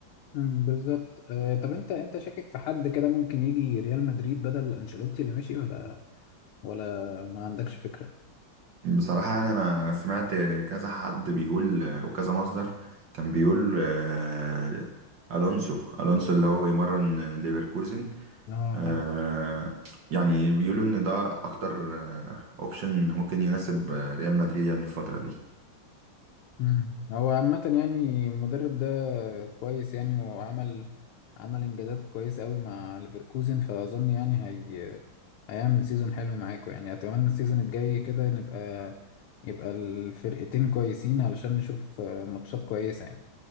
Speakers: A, on the left; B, on the right.
A: مم، بالظبط آه، طب انت انت شاكك في حد كده ممكن يجي ريال مدريد بدل انشيلوتي اللي مشي ولا ولا ما عندكش فكرة
B: بصراحة يعني أنا سمعت كذا حد بيقول وكذا مصدر كان بيقول آه، ألونسو ألونسو اللي هو بيمرن ليفركوزن
A: اه
B: آه،
A: عارف
B: يعني بيقولوا إن ده أكتر أوبشن ممكن يناسب آه، ريال مدريد يعني الفترة دي
A: مم. هو عامة يعني المدرب ده كويس يعني وعمل عمل انجازات كويسة قوي مع ليفركوزن فاظن يعني هي هيعمل سيزون حلو معاكم يعني اتمنى السيزون الجاي كده نبقى يبقى الفرقتين كويسين علشان نشوف آه، ماتشات كويسة يعني